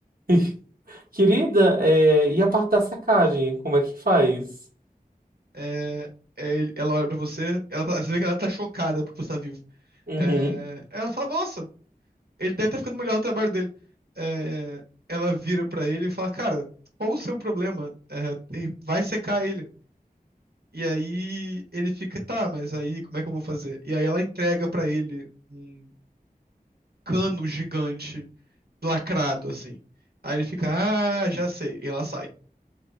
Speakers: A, on the right (about 65°); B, on the right (about 85°).
A: <laughs> Querida, é, e a parte da sacagem? Como é que faz?
B: É, é, ele- ela olha pra você. Ela tá- você vê que ela tá chocada porque você tá vivo.
A: Uhum.
B: É, ela fala, nossa, ele deve estar ficando melhor no trabalho dele. É, ela vira pra ele e fala, cara, qual o seu problema? É, vai secar ele. E aí ele fica, tá, mas aí como é que eu vou fazer? E aí ela entrega pra ele um cano gigante, lacrado, assim. Aí ele fica, ah, já sei. E ela sai.